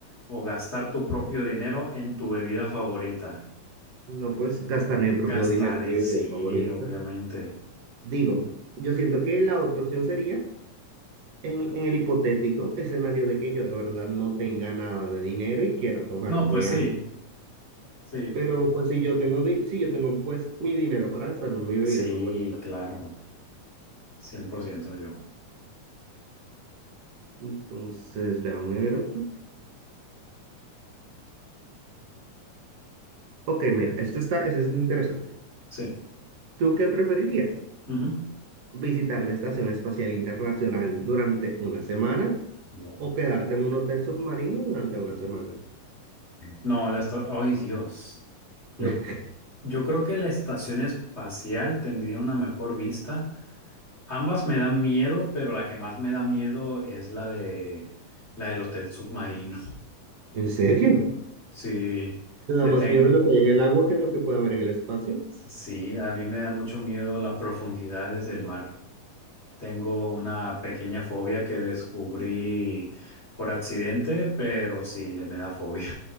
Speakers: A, on the left; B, on the right.
A: o gastar tu propio dinero en tu bebida favorita.
B: No puedes gastar mi propio
A: Gastar,
B: dinero,
A: di-
B: mi
A: sí,
B: bebida favorita.
A: obviamente.
B: Digo, yo siento que la otra opción sería En, en el hipotético escenario de que yo de verdad no tenga nada de dinero y quiera tomarme
A: No, pues sí,
B: algo.
A: sí,
B: Pero pues si yo tengo, di- si yo tengo pues mi dinero para gastarme en mi bebida
A: sí,
B: favorita.
A: claro, 100%, yo.
B: Entonces, déjame ver otra. Ok, mira, esto está, esto es interesante.
A: Sí.
B: ¿Tú qué preferirías?
A: ujú.
B: ¿Visitar la Estación Espacial Internacional durante una semana
A: Wow.
B: o quedarte en un hotel submarino durante una semana?
A: No, la esta- ay Dios. Yo,
B: <laughs>
A: yo creo que la estación espacial tendría una mejor vista Ambas me dan miedo, pero la que más me da miedo es la de la del hotel submarino. <laughs>
B: ¿En serio?
A: Sí,
B: ¿Te da
A: le
B: más
A: ten,
B: miedo lo que hay en el agua que lo que puede haber en el espacio?
A: sí, a mí me da mucho miedo las profundidades del mar. Tengo una pequeña fobia que descubrí por accidente, pero sí, le me da fobia.